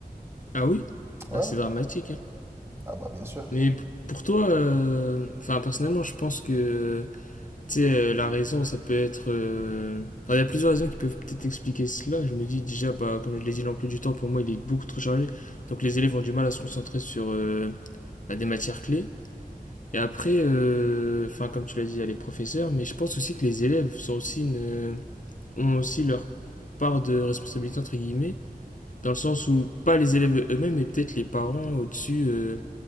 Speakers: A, on the left (about 55°); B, on the right (about 15°).
A: Ah oui?
B: Ouais,
A: Ah, c'est
B: ouais.
A: dramatique, hein.
B: Ah bah bien sûr,
A: Mais p- pour toi, euh, enfin, personnellement, je pense que tu sais, euh, la raison, ça peut être. euh, enfin, il y a plusieurs raisons qui peuvent peut-être expliquer cela. Je me dis déjà, bah, comme je l'ai dit, l'emploi du temps, pour moi, il est beaucoup trop chargé. Donc les élèves ont du mal à se concentrer sur euh, bah, des matières clés. Et après, euh, enfin, comme tu l'as dit, il y a les professeurs, mais je pense aussi que les élèves sont aussi une- ont aussi leur part de responsabilité, entre guillemets, dans le sens où pas les élèves eux-mêmes, mais peut-être les parents au-dessus euh,